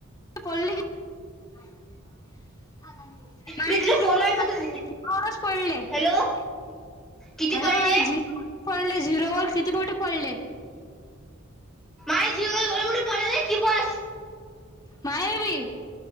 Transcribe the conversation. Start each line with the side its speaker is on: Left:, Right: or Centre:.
Left: <unintelligible>
Centre: मी
Left: <unintelligible>
Centre: तुला फोन लावेल फक्त हॅलो किती
Left: हॅलो
Centre: पडले.
Left: मला झिरो पडले झीरो किती मोठे पडले?
Centre: काय झीरो एवढे मोठे पडलेत की बस.
Left: माहेरी